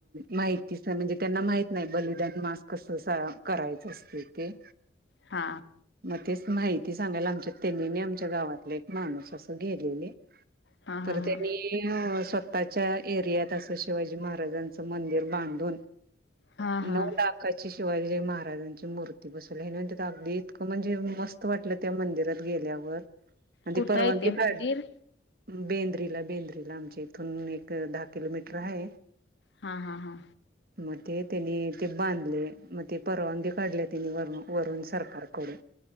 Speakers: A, on the right; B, on the left.
A: माहितीच नाय म्हणजे तेंना माहित नाही, बलिदान मास कस सा- करायचं असत ते.
B: हा
A: मग तेच माहिती सांगायला, आमचे तेनी आणि आमच्या गावातले एक माणूस असं गेलेले.
B: हा हा
A: तर त्यांनी
B: हा
A: अ स्व स्तःच्या एरियात असं शिवाजी महाराजांचं मंदिर बांधून.
B: हा
A: नऊ
B: हा
A: लाखाची शिवाजीजी महाराजांची मूर्ती बसवल्या, हेनवंत तागदी म्हणजे मस्त वाटलं त्या मंदिरात गेल्यावर, आणि
B: कुठं
A: ती परवानगी
B: येते मंदिर
A: काढ बेंद्रीला, बेंद्रीला आमच्या इथून एक दहा किलोमीटर आहे.
B: हा हा हा.
A: मग ते त्यांनी ते बांधले मग ते परवानगी काढले त्यानी वरन वरून सरकार कडून,